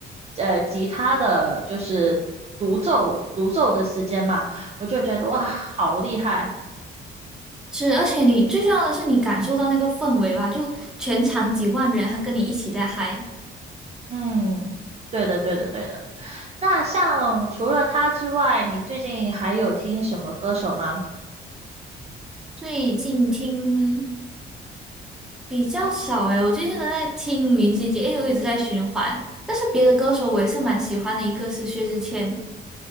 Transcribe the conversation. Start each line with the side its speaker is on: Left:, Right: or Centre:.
Right: 呃，吉他的就是独奏独奏的时间嘛，我就觉得哇，好厉害，
Centre: 是，而且你最重要的是你感受到那个氛围吧，就全场几万人，他跟你一起在嗨。
Right: 嗯，对的，对的，对的。那像除了他之外，你最近还有听什么歌手吗？
Centre: 最近听比较少诶，我最近都在听林俊杰，因为我一直在循环。但是别的歌手我也是蛮喜欢的，一个是薛之谦，